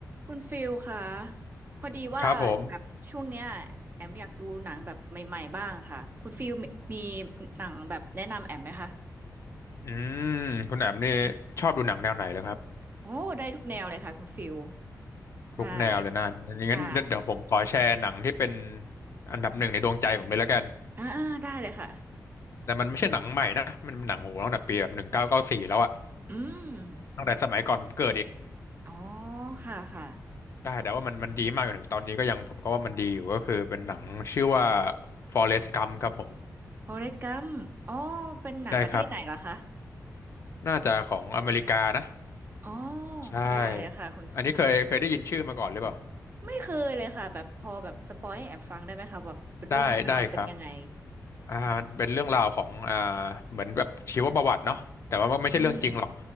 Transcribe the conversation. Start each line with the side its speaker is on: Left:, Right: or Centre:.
Right: คุณฟิลค่ะพอดีว่าแบบช่วงเนี้ยแอมอยากดูหนังแบบใหม่ๆบ้างค่ะคุณฟิลมีมี
Left: ครับผม
Right: หนังแบบแนะนำแอมไหมคะ
Left: อืมคุณแอมนี่ชอบดูหนังแนวไหนเลยครับ
Right: โอ้ได้ทุกแนวเลยค่ะคุณฟิล
Left: ทุกแนวเลยนะงั้นเดี๋ยวผมขอแชร์หนังที่เป็น
Right: ใช่ใช่
Left: อันดับหนึ่งในดวงใจผมเลยแล้วกัน
Right: อ่าอ่าได้เลยค่ะ
Left: แต่มันไม่ใช่หนังใหม่นะ มันเป็นหนังโหตั้งแต่ปีแบบหนึ่งเก้าเก้าสี่แล้วอะ
Right: อืม
Left: ตั้งแต่สมัยก่อนผมเกิดอีก
Right: อ๋อค่ะค่ะ
Left: ได้แต่ว่ามันมันดีมากจนถึงตอนนี้ก็ยังผมก็ว่ามันดีอยู่ก็คือเป็นหนังชื่อว่า Forrest Gump ครับผม
Right: โฟเรสต์กัมอ๋อเป็นหนังประเทศไหนล่ะคะ
Left: ใช่ครับ น่าจะของอเมริกานะ
Right: อ๋อ
Left: ใช่
Right: ได้เลยค่ะคุณ
Left: อันนี้เคยเคยได้ยินชื่อมาก่อนหรือเปล่า
Right: ไม่เคยเลยค่ะแบบพอแบบสปอยให้แอมฟังได้ไหมคะแบบเป็นเรื่องราวเป็นยังไง
Left: ได้ได้ครับ อ่ามันเป็นเรื่องราวของอ่าเหมือนแบบชีวประวัติเนาะแต่ว่ามันไม่ใช่เรื่องจริงหรอก
Right: อืม